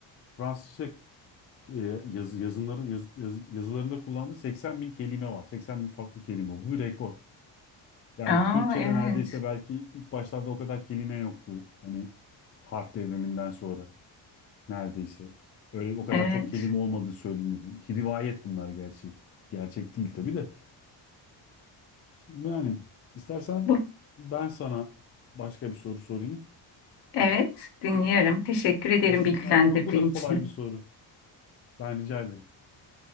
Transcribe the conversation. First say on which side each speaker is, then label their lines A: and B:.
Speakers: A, on the left; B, on the left.
A: Fransızca e, yazı, yazınların, yazı- yazı- yazılarında kullandığı 80 bin kelime var. 80 bin farklı kelime. Bu bir rekor. Yani
B: Aa,
A: Türkçe'de
B: evet,
A: neredeyse belki ilk başlarda o kadar kelime yoktu. Hani harf devriminden sonra neredeyse. Öyle o kadar
B: evet.
A: çok kelime olmadığı söylenir. Rivayet bunlar gerçi. Gerçek değil tabii de. Yani istersen
B: Bu,
A: ben sana başka bir soru sorayım.
B: evet, dinliyorum. Teşekkür ederim
A: Osmanlı,
B: bilgilendirdiğin
A: bak bu da kolay
B: için.
A: bir soru. Ben rica ederim.